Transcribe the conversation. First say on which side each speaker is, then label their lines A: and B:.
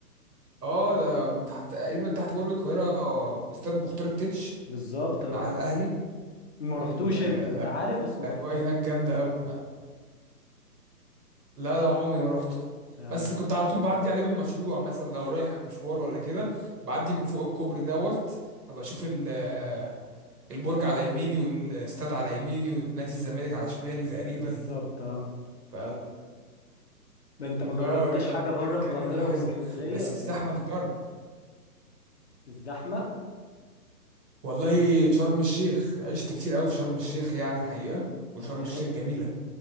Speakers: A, on the right; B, on the left.
A: اه ده تحت تقريبا تحت برج القاهره آه،
B: آه.
A: استاد مختار التتش
B: بالظبط
A: بتاع
B: اه يا عم
A: الاهلي
B: ما رحتوش
A: ال- آه،
B: انت انت عارف بس ما
A: الاجواء
B: رحتش
A: هناك جامده قوي لا لا عمري ما روحته
B: لا
A: بس
B: لا
A: كنت على
B: بحب.
A: طول بعدي عليه بالمشروع مثلا لو رايح مشوار ولا كده بعدي من فوق الكوبري دوت فبشوف اشوف ال- البرج على يميني والاستاد على يميني والنادي الزمالك على شمالي تقريبا
B: بالظبط اه
A: ف
B: ده انت ما جربتش
A: اه لا
B: حاجة
A: هناك
B: بره القاهرة
A: الدنيا حلوه
B: واسكندرية
A: بس
B: ولا
A: الزحمه
B: ايه
A: بالضرب
B: الزحمة
A: والله شرم الشيخ عشت كتير قوي في شرم الشيخ يعني الحقيقه وشرم
B: طب حلو
A: الشيخ جميله